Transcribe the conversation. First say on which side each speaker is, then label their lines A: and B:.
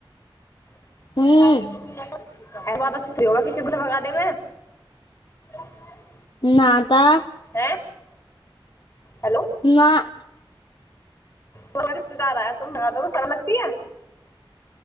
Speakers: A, on the left; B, on the left.
A: <unintelligible>
B: हम्म
A: <inaudible>
B: ना तऽ
A: हैं हेलो
B: नाअ
A: को रिश्तेदार आय तादोे समय लगती है